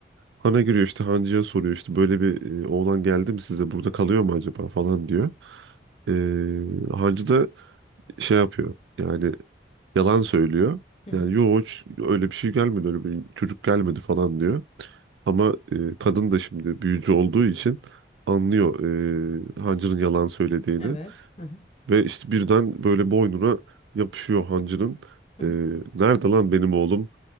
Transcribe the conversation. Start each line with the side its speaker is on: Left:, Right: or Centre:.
Right: Hana giriyor işte Hancı'ya soruyor işte böyle bir e, oğlan geldi mi size burada kalıyor mu acaba falan diyor. Ee, Hancı da şey yapıyor yani yalan söylüyor.
Left: Hı hı.
Right: Yani yok hiç öyle bir şey gelmedi öyle bir çocuk gelmedi falan diyor. Ama e, kadın da şimdi büyücü olduğu için anlıyor e, Hancı'nın yalan söylediğini.
Left: Evet. Hı hı.
Right: Ve işte birden böyle boynuna yapışıyor hancının.
Left: Hı hı.
Right: Ee, nerede lan benim oğlum